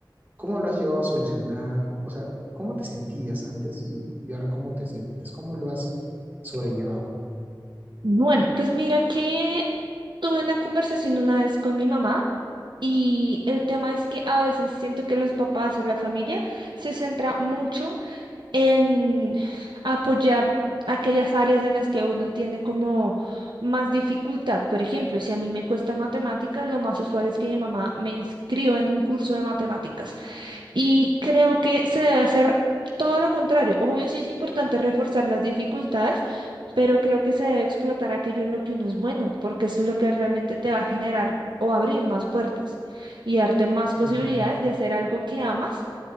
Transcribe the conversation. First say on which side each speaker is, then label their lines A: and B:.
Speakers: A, on the right (about 25°); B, on the right (about 65°).
A: ¿Cómo lo has llegado a solucionar? O sea, ¿cómo te sentías antes y, y ahora cómo te sientes? ¿Cómo lo has sobrellevado?
B: Bueno, pues mira que tuve una conversación una vez con mi mamá y el tema es que a veces siento que los papás o la familia se centra mucho en apoyar aquellas áreas en las que uno tiene como más dificultad. Por ejemplo, si a mí me cuesta matemáticas, lo más usual es que mi mamá me inscriba en un curso de matemáticas. Y creo que se debe hacer todo lo contrario. Obvio, sí es importante reforzar las dificultades, pero creo que se debe explotar aquello en lo que uno es bueno, porque es lo que realmente te va a generar o abrir más puertas y darte más posibilidades
A: Ujú,
B: de hacer algo que amas